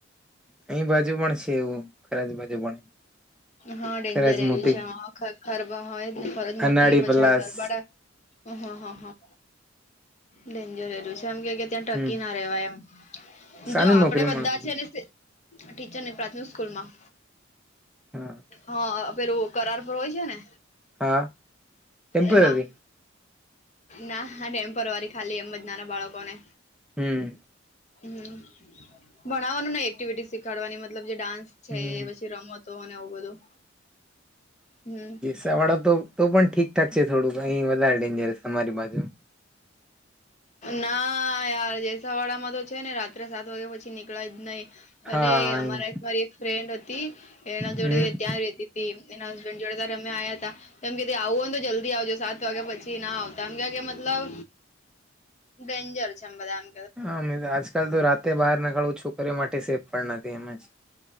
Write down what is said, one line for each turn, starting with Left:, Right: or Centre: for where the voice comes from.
Centre: અહી બાજુ પણ છે એવું ખરા જ બાજુ પણ
Left: હા ડેન્જર
Centre: ખરજ
Left: એરયુ
Centre: મોટી
Left: છે હાં ખરબા હોય ફરજ મોટી
Centre: અનાળી
Left: પછી
Centre: પલાસ
Left: આ ગરબાડા હ હ હા હા ડેન્જર એરયું છે એમ કેવાય કે ત્યાં ટકી
Centre: હમ
Left: ના રેવાય એમ.
Centre: સાની
Left: જો આપડે
Centre: નોકરી
Left: બધા
Centre: મળતી
Left: છે ને ટીચર ની પ્રાથમિક સ્કૂલ માં
Centre: હા
Left: હા પેલું કરાર પર હોય છે ને
Centre: હા ટેમ્પરરી
Left: એમાં ના ટેમ્પરવારી ખાલી એમ જ નાના બાળકો ને
Centre: હમ.
Left: હમ ભણવાનું નહી એક્ટિવિટી શીખાડવાની મતલબ જે ડાન્સ છે
Centre: હમ
Left: પછી રમતો અને આવું બધું હમ.
Centre: સાવાળા તો પણ ઠીકઠાક છે થોડુંક અહીં વધારે ડેન્જરસ અમારી બાજુ.
Left: ના યાર જેસાવાડા માં તો છે ને રાત્રે સાત વાગે પછી નીકળાય જ નહીં
Centre: હા
Left: અલે
Centre: અહી
Left: અમારા એક મારી ફ્રેન્ડ હતી એના જોડે
Centre: હમ
Left: ત્યાં રેતી તી એના હસબેન્ડ જોડે ત્યારે અમે આયા હતા તો એમ તે આવું હોય ને તો જલ્દી આવજો સાત વાગ્યા પછી ના આવ તમ કે કે મતલબ ડેન્જર છે એમ બધા આમ
Centre: હા મે આજકાલ તો રાતે બહાર નીકળવું છોકરીઓ માટે સેફ પણ નથી એમ જ